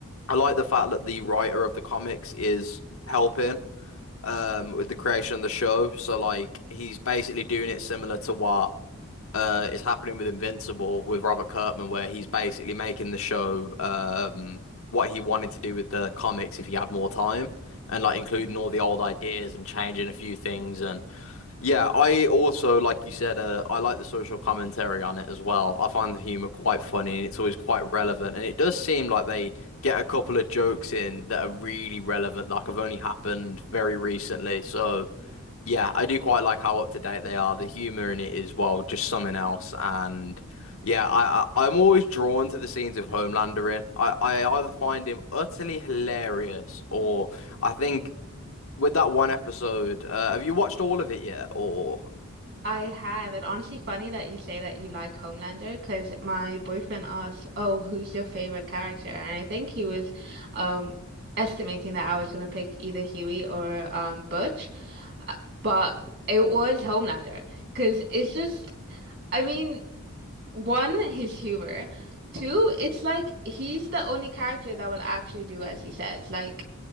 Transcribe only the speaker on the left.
I like the fact that the writer of the comics is helping. Um, with the creation of the show, so like he's basically doing it similar to what uh is happening with Invincible with Robert Kirkman, where he's basically making the show um what he wanted to do with the comics if he had more time, and like including all the old ideas and changing a few things. And yeah, I also, like you said, uh, I like the social commentary on it as well. I find the humor quite funny, and it's always quite relevant. And it does seem like they get a couple of jokes in that are really relevant, like have only happened very recently. So. Yeah, I do quite like how up to date they are. The humor in it is, well, just something else. And yeah, I, I I'm always drawn to the scenes of Homelander in. I, I either find him utterly hilarious or I think with that one episode, uh, have you watched all of it yet? Or